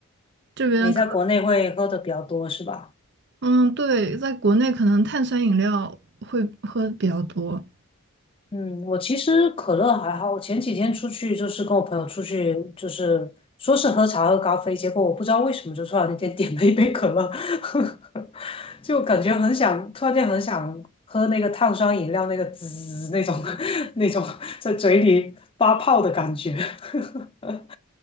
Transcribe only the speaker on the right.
这边可，
嗯，对，在国内可能碳酸饮料会喝得比较多。